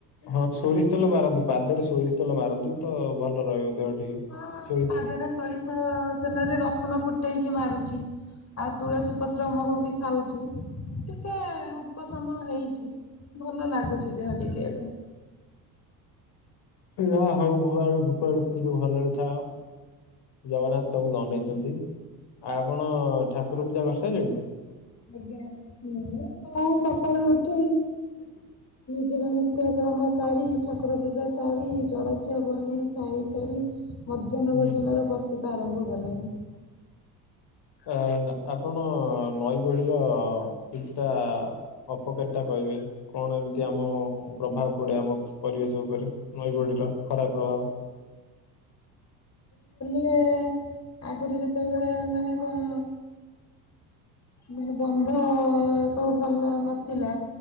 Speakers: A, on the left; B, on the left.
A: ହଁ ସୋରିଷ ତେଲ ମାରନ୍ତୁ ପାଦରେ ସୋରିଷ ତେଲ ମାରନ୍ତୁ ତ ଭଲ ରହିବ ଦେହ ଟିକେ।
B: ହଁ
A: ସୋରିଷ
B: ପାଦରେ ସୋରିଷ ତେଲ ତେଲରେ ରେ ରସୁଣ ଫୁଟେଇକି ମାରୁଛି। ଆଉ ତୁଳସୀ ପତ୍ର ମହୁ ବି ଖାଉଛି ଟିକେ ଉପଶମ ହେଇଛି। ଭଲ ଲାଗୁଛି ଦେହ ଟିକେ ଏବେ।
A: ଯା ହଉ ଭଗବାନଙ୍କ କୁପାରୁ ଭଲରେ ଥାଅ। ଜଗନ୍ନାଥ ତମଙ୍କୁ ଅନେଇଛନ୍ତି ଆଉ ଆପଣ ଠାକୁର ପୂଜା କରିସାରିଲେଣି।
B: ଆଜ୍ଞା ମୁୁଁ କଉ ସକାଳୁ ଉଠି
A: ହ
B: ମୋର ନିତ୍ୟକ୍ରମ ସାରି ଠାକୁର ପୂଜା ସାରି ଜଳଖିଆ ବନେଇ ଖାଇସାରି ମଧ୍ୟାହ୍ନ
A: ହୁଁ
B: ଭୋଜନର ପ୍ରସ୍ତୁତ ଆରମ୍ଭ କଲେଣି?
A: ଅ ଆପଣ ନଈ ବଢିର କିଛିଟା ଅପକାରୀ କହିବେ କଣ ଏମିତି ଆମ ପ୍ରଭାବ ପଡେ ଆମ ପରିବେଶ ଉପରେ ନଈ ବଢିର ଖରାପ ପ୍ର
B: ଏ ଆଗରୁ ଯେତେବେଳେ ମାନେ କଣ ମାନେ ବନ୍ଧ ସବୁ ଭଲ ନଥିଲା